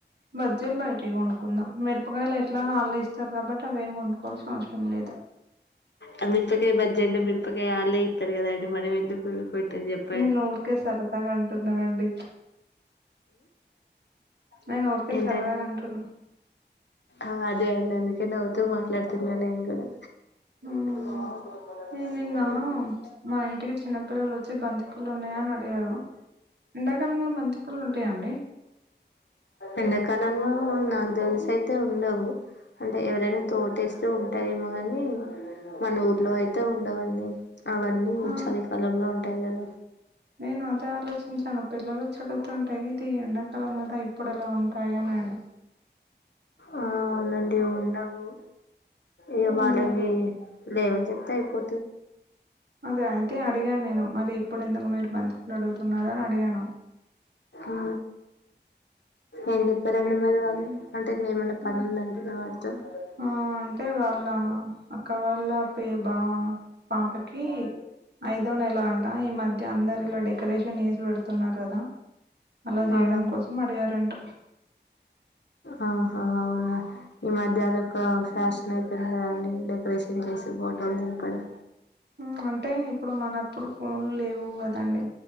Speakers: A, on the right; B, on the left.
A: బజ్జీలు బయట ఇయ్ కోను కున్నా మిరపకాయలు ఎట్లా ఆల్లే ఇస్తారు కాబట్టి అవి ఏం కొనుకోవాల్సిన అవసరం లేదు
B: ఆ మిరపకాయ బజ్జి అండి మిరపకాయ ఆళ్ళే ఇస్తారు కదండి మనం ఎందుకు ల్లోలి పెట్ చెప్పట్
A: నేను ఊరికే సరదాగా అంటున్నానండి నేను ఊరికే
B: ఎంటన్
A: సరదాగా అంటున్నా
B: ఆ అదే అండి అని ఇర్ నవ్వుతూ మాట్లాడుతున్నా నేను కూడా
A: మ్మ్
B: ఉ
A: నేను నిన్న మా ఇంటికి చిన్నపిల్లలు వచ్చి బంతిపూలు ఉన్నాయా అని అడిగారు ఎండాకాలంలో బంతిపూలు ఉంటాయండి
B: ఎండకాలంలో నాకు తెలుసు అయితే ఉండవు అంటే ఎవరైనా తోటేస్తే ఉంటాయి ఏమో కాని మన ఊర్లో అయితే ఉండవన్నీ అవన్నీ
A: ఆ
B: చలికాలంలో ఉంటాయి కదా
A: నేను అదే ఆలోచించాను పిల్లలు చడువుతుంటేయి ఇది ఎండాకాలం కదా ఇప్పుడు ఎలా ఉంటాయి అనెను
B: ఆ అవునండి ఉండవు ఈ
A: మ్మ్
B: వాళ్ళకి లేవని చెప్తే అయిపో
A: అదే అయితే అడిగాను నేను మరి ఇప్పుడు ఎందుకు మీరు బంతపూలు అడు తున్నారు అని అడిగాను
B: ఆహా ఏం చెప్పారండి మరి వాళ్ళు అంటే ఇది ఏమండే పని
A: ఆ
B: ఉంది అంటున్న <unintelligible>
A: ఆ అంటే వాళ్ళ అక్క వాళ్ళ పే బా పాపకి ఐదో నెల అంటా ఈ మధ్య అందరు ఇలా డెకరేషన్ చేసి పెడుతున్నారు కదా అలా చేయడం
B: ఆ
A: కోసం అడిగారంట
B: ఆహా అవునా ఈ మధ్య అదొక ఫ్యాషన్ అయిపోయింది కదండి డెకరేషన్ చేసి ఫోటోలు దిప్పటం
A: హూ అంటే ఇప్పుడు మనప్పుడు ఫోన్లు లేవు కదండి